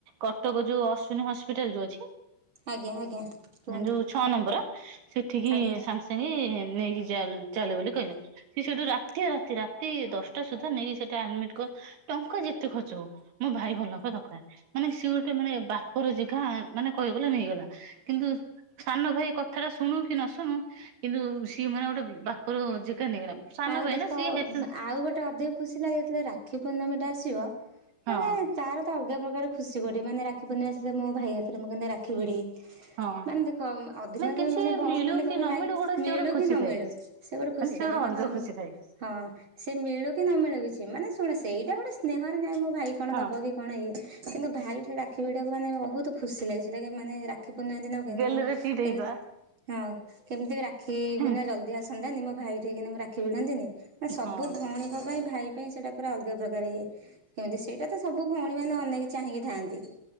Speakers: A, on the right; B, on the right.
A: କଟକ ଯୋଉ ଅଶ୍ଵିନୀ ହସ୍ପିଟାଲ ଯୋଉ ଅଛି
B: ଆଜ୍ଞା ଆଜ୍ଞା। କୁହନ୍ତୁ
A: ଯୋଉ ଛଅ ନମ୍ବର ସେଠିକି
B: ଆଜ୍ଞା।
A: ସାଙ୍ଗେ ସାଙ୍ଗେ ନେଇକି ଚାଲେ ବୋଲି କହିଲେ ସେ ସେଇଠୁ ରାତି ରାତି ରାତି ଦଶଟା ସୁଦ୍ଧା ନେଇକି ସେଟା ଆଡମିଟ କର ଟଙ୍କା ଯେତେ ଖର୍ଚ୍ଚ ହଉ ମୋ ଭାଇ ଭଲ ହବା ଦରକାର। ମାନେ ସିଏ ଗୋଟେ ମାନେ ବାପର ଜଗା ମାନେ କହିଗଲେ ନେଇଗଲା। କିନ୍ତୁ ସାନ ଭାଇ କଥାଟା ଶୁଣୁ କି ନ ଶୁଣୁ କିନ୍ତୁ ସିଏ ମାନେ ଗୋଟେ ବାପର ଜେଗା ନେଇଗଲା। ସାନ
B: ଆଉ
A: ଭାଇ
B: ଦେଖ
A: ନା ସିଏ
B: ଆଉ
A: ହେତୁ
B: ଗୋଟେ ଅଧିକ ଖୁସି ଲାଗେ ଯେତେବେଳେ ରାକ୍ଷୀ ପୂର୍ଣ୍ଣିମା ଟା ଆସିବ
A: ହଁ
B: ମାନେ ତାର ତ ଅଲଗା ପ୍ରକାର ଖୁସି ଗୋଟେ ମାନେ ରାଖୀ ପୂର୍ଣିମା ସେ ମୋ ଭାଇ ହାତରେ ମୁଁ କେମିତି ରାକ୍ଷୀ ଭିଡ଼ିବି।
A: ହଁ।
B: ମାନେ ଦେଖ ଅଧିକା
A: କିଛି
B: ମାନେ ଭଉଣୀ
A: ମିଳୁ
B: ମାନେ
A: କି
B: କହିବେ
A: ନ
B: ନାଇଁ
A: ମିଳୁ ଗୋଟେ ସିଏ
B: ମିଳୁ
A: ଗୋଟେ ଖୁସି
B: କି ନ
A: ଥାଏ
B: ମିଳୁ ସେ ଗୋଟେ ଖୁସି
A: ସିଏ
B: ଥାଏ
A: ଗୋଟେ
B: ମାନେ
A: ଅଲଗା
B: କଣ
A: ଖୁସି ଥାଏ।
B: ହଁ ସେ ମିଳୁ କି ନ ମିଳୁ କିଛି ମାନେ ଶୁଣ ସେଇଟା ଗୋଟେ ସ୍ନେହରେ ନାହିଁ ମୋ ଭାଇ କଣ
A: ହଁ
B: ଦବ କି? କଣ ଇଏ କିନ୍ତୁ ଭାଇ ରାକ୍ଷୀ ଭିଡ଼ାକୁ ମାନେ ବହୁତ ଖୁସି ଲାଗେ ସେଟା ମାନେ ରା ରାକ୍ଷୀ ପୂର୍ଣିମା ଦିନ କେମତି
A: ଗେଲରେ ଚିଡେଇବା
B: ହଁ କେମିତି ରାକ୍ଷୀ
A: ହୁଁ
B: ପୂଣ୍ଣି ଜଲଦି ଆସ ସନ୍ଧ୍ୟାନ ମୋ ଭାଇ କି ରାକ୍ଷୀ ଭିଡ଼ନ୍ତିନି ସବୁ
A: ହଁ
B: ଭଉଣୀଙ୍କ ପାଇଁ ଭାଇ ପାଇଁ ସେଇଟା ପୁରା ଅଲଗା ପ୍ରକାର ଇଏ କେମିତି ସେଇଟା ତ ସବୁ ଭଉଣୀ ମାନେ ଅନେଇକି ଚାହିଁକି ଥାନ୍ତି।